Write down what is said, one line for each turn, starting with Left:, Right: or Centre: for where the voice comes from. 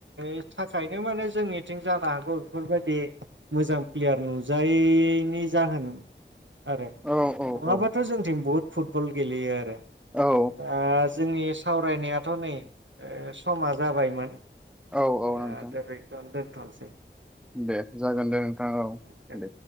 Right: ओ थाखायनो माने जोंनिथिं जानो हागौ बेफोरबायदि मोजां प्लेयार नुजायैनि जाहोन आरो
Centre: औ
Right: नंङाबाथ'
Centre: औ
Right: जोंनिथिं बुहुद फुटबल गेलेयो आरो।
Centre: औ
Right: दा जोंनि सावरायनायाथ' नै समा जाबायमोन
Centre: औ औ
Right: ओ
Centre: नोंथां
Right: दा गैथवा दोन थनसै
Centre: दे जागोन दे नोंथां औ
Right: गोन
Centre: दे